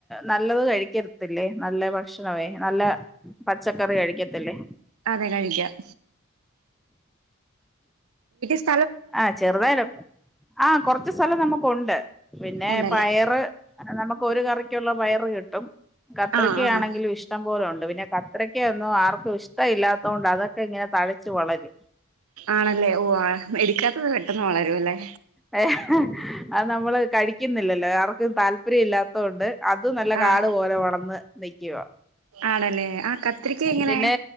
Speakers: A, in the centre; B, on the right.
A: നല്ലത് കഴിക്കരുത്തില്ലേ നല്ല ഭക്ഷണമേ നല്ല പച്ചക്കറി കഴിക്ക തല്ലേ
B: അതെ കഴിക്കാം ട്ട
A: ആഹ ചെറുതായാലപ്പ ആഹ കൊറച്ച് സ്ഥലം നമുക്ക്ുണ്ട് പിന്നെ
B: ഉണ്ടല്ലേ
A: പയറ് നമുക്ക് ഒരു കറിക്കുള്ള വയറ് കിട്ടും കത്രയ്ക്ക
B: ആഹ് ആഹ്
A: ആണെങ്കിലും ഇഷ്ടം പോലും ഉണ്ട് പിന്നെ കത്രക്ക ഒന്നും ആർക്കും ഇഷ്ട ഇല്ലാത്ത കൊൊണ്ട് അതൊക്കെ ഇങ്ങനെ തഴച്ച്ു വളരും
B: ആണല്ലേ ഓ ആ എടുക്കാത്തത് പെട്ടെന്ന് വളരും അല്ലേ
A: അ അ നമ്മള് ക ക്കുന്നില്ലല്ലേ താല്പര്യം ഇല്ലാത്ത കൊണ്ട് അത് നല്ല കാട്
B: ആഹ്
A: പോലെ വളന്ന് നിക്കുവാ
B: ആണല്ലേ ആഹ് കത്രിക്ക എങ്ങനെ
A: പിന്നെ